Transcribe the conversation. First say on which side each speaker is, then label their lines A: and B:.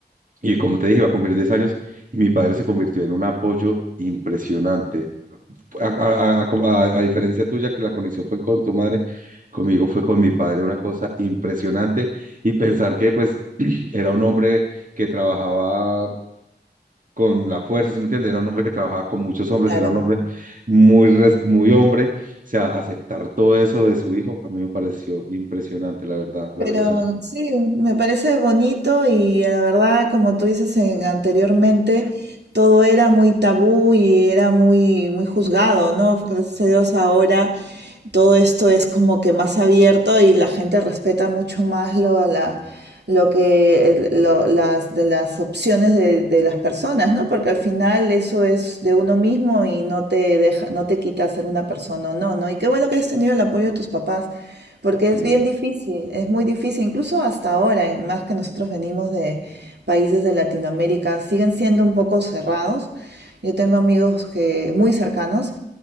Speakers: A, on the right; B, on the right.
A: y como te dije, iba a cumplir 10 años y mi padre se convirtió en un apoyo impresionante a, a- a- como- a- a diferencia tuya, que la conexión fue con tu madre, conmigo fue con mi padre, una cosa impresionante. Y pensar que, pues, <clears throat> era un hombre que trabajaba con la fuerza, ¿sí me entiendes? Era un hombre que trabajaba con muchos hombres,
B: Claro.
A: era un hombre muy, res- muy hombre. O sea, aceptar todo eso de su hijo, a mí me pareció impresionante, la verdad, la
B: Pero
A: relación.
B: sí, me parece bonito y la verdad, como tú dices en- anteriormente, todo era muy tabú y era muy, muy juzgado, ¿no? Gracias a Dios ahora todo esto es como que más abierto y la gente respeta mucho más lo, la, lo que, el- lo- las, de las opciones de, de las personas, ¿no? Porque al final eso es de uno mismo y no te deja, no te quita ser una persona o no, ¿no? Y qué bueno que hayas tenido el apoyo de tus papás. Porque
A: Sí,
B: es bien difícil, es muy difícil, incluso hasta ahora, en más que nosotros venimos de países de Latinoamérica, siguen siendo un poco cerrados. Yo tengo amigos que, muy cercanos,